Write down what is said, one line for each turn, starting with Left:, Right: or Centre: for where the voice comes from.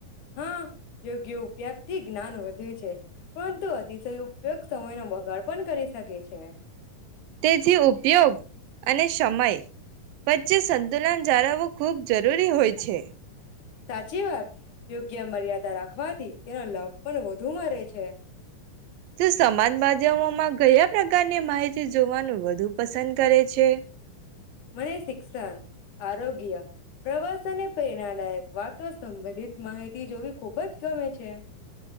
Left: હા યોગ્ય ઉપયોગ થી જ્ઞાન વધે. પરંતુ અતિશય ઉપયોગ સમયનો બગાડ પણ કરી શકે છે.
Right: તેથી ઉપયોગ. અને સમય વચ્ચે સંતુલન જાળવવું ખૂબ જરૂરી હોય છે.
Left: સાચી વાત યોગ્ય મર્યાદા રાખવાથી તેનો લભ પણ વધુ મરે છે.
Right: તો સમાજ માધ્યમોમાં ગયા પ્રકારની માહિતી જોવાનું વધુ પસંદ કરે છે.
Left: મને શિક્ષણ, આરોગ્ય, પ્રવાસ અને પ્રેરણાદાયક વાતો સંબંધિત માહિતી જોવી ખુબ જ ગમે છે.